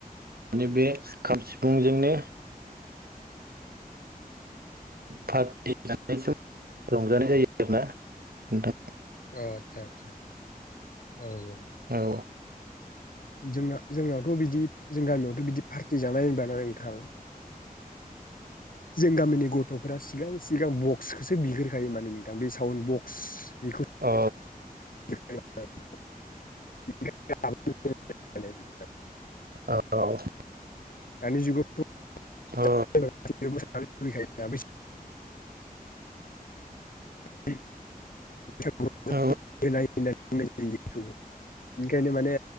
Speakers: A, on the right; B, on the left.
A: मे बे खाम सिफुंजोंनो पार्टि जानाय सम रंजानाय जायो आरो ना नोंथां।
B: औ आदसा, <unintelligible> औ औ
A: औ
B: जोंना जोंनायावथ' बिदि जों गामियावथ' बिदि पार्टि जानाय होनबा ना नोंथां जों गामिनि गथ'फोरा सिगां सिगां बक्स, खौसो बिग्रोखायो माने नोंथां बे साउन्ड बक्स, बेखौ
A: अ
B: <unintelligible> <unintelligible>
A: औ
B: दानि जुगावथ' मोसानो
A: अ औ
B: लुबैखायो <unintelligible>
A: औ
B: <unintelligible> <unintelligible> ओंखायनो माने,